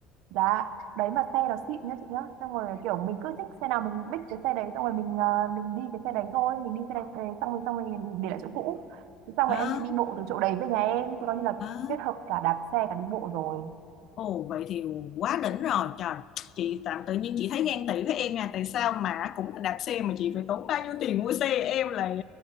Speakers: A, on the right (about 70°); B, on the left (about 40°).
A: giá đấy mà xe nó xịn nhá chị nhá xong rồi kiểu mình cứ thích xe nào mình biết cái xe đấy xong rồi mình ờ, mình đi cái xe đấy thôi mình đi xe đấy đấy, xong rồi xong rồi mình để lại chỗ cũ Thế xong
B: à,
A: rồi em sẽ đi bộ từ chỗ đấy về nhà em Thế coi như là
B: à.
A: kết hợp cả đạp xe cả đi bộ rồi
B: Ồ vậy thì quá đỉnh rồi trời chị tạm tự nhiên chị thấy ghen tị với em nha tại sao mà cũng là đạp xe mà chị phải tốn bao nhiêu tiền mua xe em lại